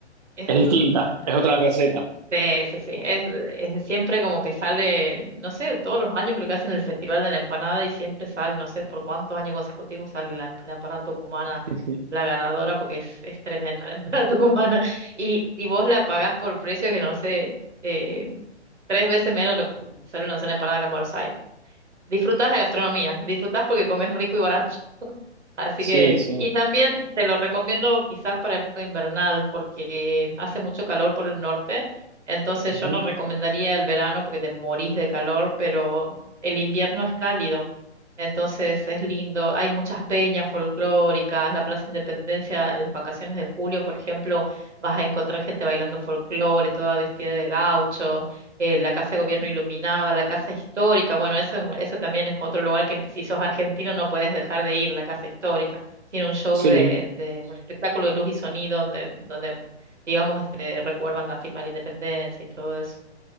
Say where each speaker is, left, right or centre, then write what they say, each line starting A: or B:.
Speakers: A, on the right (about 80°); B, on the right (about 40°).
A: es
B: es distinta,
A: un,
B: es otra receta.
A: Sí, sí, sí. Es, es siempre como que sale, no sé, todos los años creo que hacen el Festival de la Empanada y siempre sale, no sé por cuántos años consecutivos sale la, em- la empanada tucumana,
B: <laughs>
A: la ganadora, porque es, es tremenda la <laughs> empanada tucumana. Y, y vos la pagás por precio que no sé, eh, tres veces menos lo que sale una cena de empanada acá en Buenos Aires. Disfrutás la gastronomía, disfrutás porque comes rico y barato. Así
B: Sí,
A: que,
B: sí.
A: y también te lo recomiendo quizás para época invernal, porque hace mucho calor por el norte, entonces
B: Ujú.
A: yo no recomendaría el verano porque te morís de calor, pero el invierno es cálido. Entonces es lindo, hay muchas peñas folclóricas, la Plaza Independencia, en las vacaciones de julio, por ejemplo, vas a encontrar gente bailando folclore, toda vestida de gaucho, eh, la Casa de Gobierno iluminada, la Casa Histórica, bueno, eso, eso también es otro lugar que si sos argentino no puedes dejar de ir, la Casa Histórica. Tiene un show
B: Sí,
A: de, de un espectáculo de luz y sonido donde, donde digamos, este, recuerdan la firma de la independencia y todo eso.